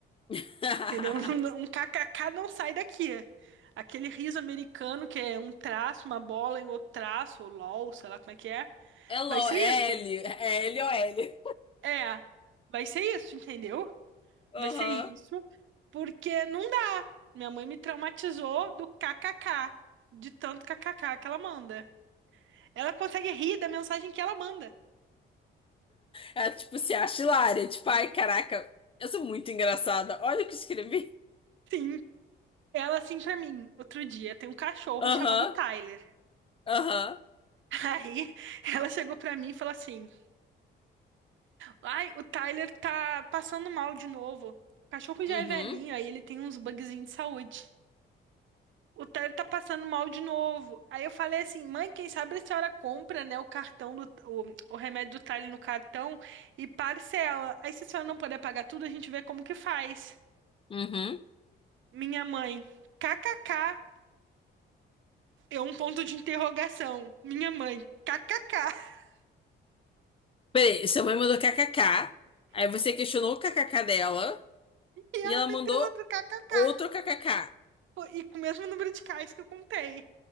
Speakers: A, on the left; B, on the right.
A: <laughs>
B: Entendeu? <laughs> Um kkk não sai daqui. Aquele riso americano que é um traço, uma bola em outro traço, ou LOL, sei lá como é que é.
A: É LOL,
B: Vai ser isso.
A: é <laughs> L. É L-O-L.
B: É, vai ser isso, entendeu?
A: Aham.
B: Vai ser isso, porque não dá. Minha mãe me traumatizou do kkk, de tanto kkk que ela manda. Ela consegue rir da mensagem que ela manda.
A: Ela, tipo, se acha hilária. Tipo, ai, caraca, eu sou muito engraçada. Olha o que escrevi.
B: Sim. Ela assim pra mim, outro dia, tem um cachorro
A: Aham,
B: chamado Tyler.
A: aham.
B: <laughs> Aí ela chegou pra mim e falou assim: Ai, o Tyler tá passando mal de novo. O cachorro já
A: Uhum,
B: é velhinho, aí ele tem uns bugzinhos de saúde. O Tyler tá passando mal de novo. Aí eu falei assim, mãe, quem sabe a senhora compra, né, o cartão do, o, o remédio do Tyler no cartão e parcela. Aí se a senhora não puder pagar tudo, a gente vê como que faz.
A: uhum.
B: Minha mãe, kkk, é um ponto de interrogação. Minha mãe, kkk. <laughs>
A: Peraí, sua mãe mandou k k k Aí você questionou o k k k dela.
B: E ela
A: E ela mandou
B: meteu outro kkk.
A: outro k K K.
B: Pô, E com o mesmo número de cais que eu contei.